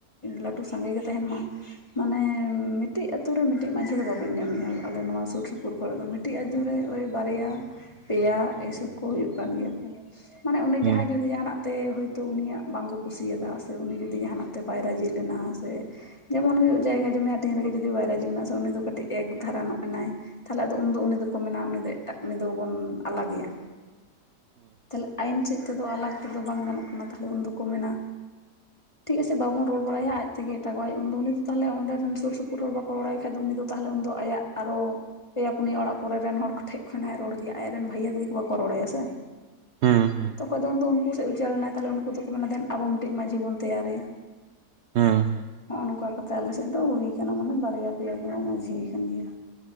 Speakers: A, on the left (about 20°); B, on the right (about 80°).
A: ᱞᱟᱹᱴᱩ ᱥᱟᱸᱜᱮ ᱜᱮ ᱛᱟᱦᱮᱱ ᱢᱟ ᱢᱟᱱᱮ ᱢᱤᱫᱴᱤᱡ ᱟᱛᱳ ᱨᱮ ᱢᱤᱫᱴᱤᱡ ᱢᱟᱺᱡᱷᱤ ᱫᱚ ᱵᱟᱵᱮᱱ ᱧᱟᱢᱮᱭᱟ ᱟᱞᱮ ᱱᱚᱣᱟ ᱥᱳᱨ ᱥᱩᱯᱩᱨ ᱠᱚᱨᱮ ᱫᱚ ᱠᱟᱹᱴᱤᱡ ᱟᱹᱛᱳ ᱨᱮ ᱳᱭ ᱵᱟᱨᱭᱟ ᱯᱮᱭᱟ ᱮᱥᱚᱵ ᱠᱚ ᱦᱩᱭᱩᱜ ᱠᱟᱱ ᱜᱮᱭᱟ ᱠᱚ ᱢᱟᱱᱮ ᱚᱱᱮ
B: ᱦᱩᱸ
A: ᱡᱟᱦᱟᱸᱭ ᱡᱩᱫᱤ ᱡᱟᱦᱟᱱᱟᱜ ᱛᱮ ᱦᱳᱭᱛᱳ ᱩᱱᱤᱭᱟᱜ ᱵᱟᱝᱠᱚ ᱠᱩᱥᱤᱭᱟᱫᱟ ᱥᱮ ᱩᱱᱤ ᱡᱩᱫᱤ ᱡᱟᱦᱟᱱᱟᱜ ᱛᱮ ᱵᱟᱭ ᱨᱟᱹᱡᱤ ᱞᱮᱱᱟ ᱥᱮ ᱡᱮᱢᱚᱱ ᱦᱩᱭᱩᱜ ᱡᱟᱭᱜᱟ ᱡᱚᱢᱤ ᱦᱟᱹᱴᱤᱧ ᱨᱮᱜᱮ ᱡᱩᱫᱤ ᱵᱟᱭ ᱨᱟᱡᱤ ᱞᱮᱱᱟ ᱥᱮ ᱩᱱᱤ ᱫᱚ ᱠᱟᱹᱴᱤᱡ ᱮᱠ ᱫᱷᱟᱨᱟᱱᱚᱜ ᱮᱱᱟᱭ ᱛᱟᱦᱞᱮ ᱟᱫᱚ ᱫᱚ ᱩᱱᱤ ᱫᱚᱠᱚ ᱢᱮᱱᱟ ᱩᱱᱤ ᱫᱚ ᱮᱴᱟᱜ ᱩᱱᱤ ᱫᱚᱵᱚᱱ ᱟᱞᱟᱜᱮᱭᱟ᱾
B: <inaudible>
A: ᱛᱟᱦᱞᱮ ᱟᱭᱤᱱ ᱥᱮᱫ ᱛᱮᱫᱚ ᱟᱞᱟᱜ ᱛᱮᱫᱚ ᱵᱟᱝ ᱜᱟᱱᱚᱜ ᱠᱟᱱᱟ ᱛᱟᱦᱚᱞᱮ ᱩᱱ ᱫᱚᱠᱚ ᱢᱮᱱᱟ᱾ ᱴᱷᱤᱠ ᱟᱪᱷᱮ ᱵᱟᱵᱚᱱ ᱨᱚᱲ ᱵᱟᱲᱟᱭᱟ ᱟᱡ ᱛᱮᱜᱮ᱾ ᱛᱟᱜᱟᱣᱟᱭ ᱩᱱ ᱫᱚ ᱩᱱᱤ ᱫᱚ ᱛᱟᱦᱚᱞᱮ ᱚᱸᱰᱮ ᱨᱮᱱ ᱥᱩᱨ ᱥᱩᱯᱩᱨ ᱦᱚᱲ ᱵᱟᱠᱚ ᱨᱚᱲᱟᱭ ᱠᱷᱟᱡ ᱫᱚ ᱩᱱᱤ ᱫᱚ ᱛᱟᱦᱚᱞᱮ ᱩᱱ ᱫᱚ ᱟᱭᱟᱜ ᱟᱨᱚ᱾ ᱯᱮᱭᱟ ᱯᱩᱱᱭᱟᱹ ᱚᱲᱟᱜ ᱯᱚᱨᱮ ᱨᱮᱱ ᱦᱚᱲ ᱴᱷᱮᱡ ᱠᱷᱚᱱᱟᱜ-ᱮ ᱨᱚᱲ ᱜᱮᱭᱟ ᱟᱡ ᱨᱮᱱ ᱵᱷᱟᱹᱭᱟᱹ ' <unintelligible> 'ᱵᱟᱠᱚ ᱨᱚᱲᱟᱭᱭᱟ ᱥᱮ᱾
B: ᱦᱩᱸ ᱦᱩᱸ
A: ᱛᱚᱠᱷᱚᱡ ᱫᱚ ᱩᱱ ᱫᱚ ᱩᱱᱠᱩ ᱥᱮᱫ ᱩᱪᱟ. ᱲᱮᱱᱟ ᱛᱟᱦᱚᱞᱮ ᱩᱱᱠᱩ ᱫᱚᱠᱚ ᱢᱮᱱᱟ ᱫᱮᱱ ᱟᱵᱚ ᱢᱤᱫᱴᱤᱜ ᱢᱟ. ᱡᱷᱤ ᱵᱚᱱ ᱛᱮᱭᱟᱨᱮᱭᱟ᱾
B: ᱦᱩᱸ' <unintelligible>
A: ᱱᱚᱜᱼᱚ ᱱᱚᱝᱠᱟ ᱠᱟᱛᱮᱫ ᱟᱞᱮ ᱥᱮᱫ ᱫᱚ ᱦᱩᱭ ᱠᱟᱱᱟ ᱢᱟᱱᱮ ᱵᱟᱨᱭᱟ ᱯᱮᱭᱟ ᱠᱚᱚᱸ ᱢᱟᱹᱡᱷᱤᱭ ᱠᱟᱱ ᱜᱮᱭᱟ᱾